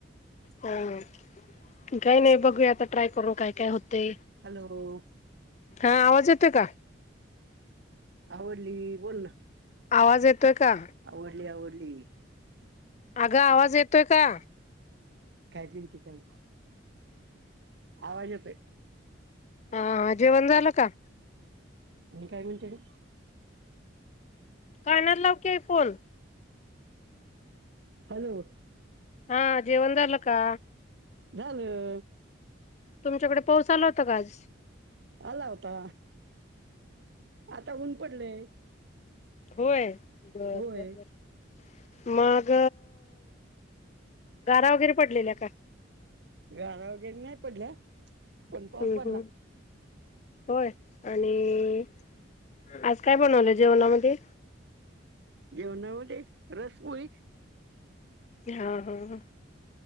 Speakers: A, on the left (about 35°); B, on the right (about 60°).
A: हम काही नाही. बघूया आता ट्राय करू काय-काय होत. ते
B: हॅलो
A: हा आवाज येतो का?
B: आवडली बोल ना.
A: आवाज येतोय? का
B: आवडली- आवडली.
A: अगं आवाज येतोय का
B: काय <unintelligible> आवाज येतोय.
A: हा जेवण झालं का?
B: आणि काय म्हणते रे.
A: कानाला लाव की आई फोन
B: हॅलो.
A: हा जेवन झाल का.?
B: झालं.
A: तुमच्याकडे पाऊस आला होता का आज
B: आला होता. आता ऊन पडलंय.
A: होय बरं.
B: होय
A: बर. बर. मग गारा वगैरे पडलेल्या का?
B: गरा वगैरे नाही पडल्या. पण पाऊस
A: हम्म
B: पडला.
A: हम्म होय आणि आज काय बनवलं जेवणामध्ये?
B: जेवमध्ये. रसपोळी.
A: हा. हा.